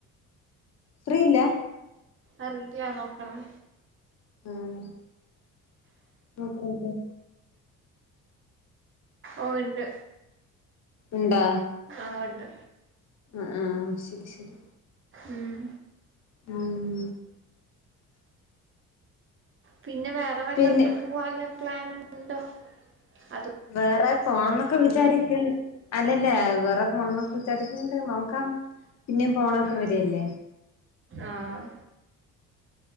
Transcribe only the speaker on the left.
ഫ്രീ ഇല്ല
ആഹ് ഓക്കെ ഒക്കെ
ഇണ്ടാ
ആഹ് ആഹ് ശരി ശരി
ഉം
പിന്നെ
വേറെ പോണംന്നൊക്കെ വിചാരിക്കും അല്ലല്ലേ വേറെ പോണംന്നൊക്കെ വിചാരിക്ക്ണ്ട് നോക്കാം പിന്നേം പോണൊക്കെ
വരില്ലേ